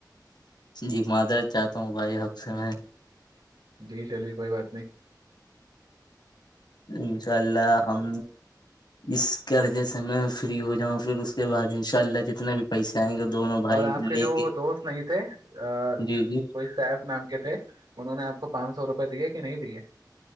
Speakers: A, on the left (about 70°); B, on the right (about 80°).
A: جی مادرس جاتا ہوں بھائی آپ سے میں
B: جی چلیے کوئی بات نہیں <unintelligible>
A: انشاء اللہ ہم اس قرضے سے میں فری ہو جاؤں پھر اس کے بعد انشاء اللہ جتنے بھی پیسے آئیں گے دونوں بھائی
B: اور آپ کے
A: لیں
B: جو
A: گے
B: دوست نہیں تھے کوئی
A: جی جی
B: سیف نام کے تھے انہوں نے آپ کو پانچ سو روپئے دیے کہ نہیں دیے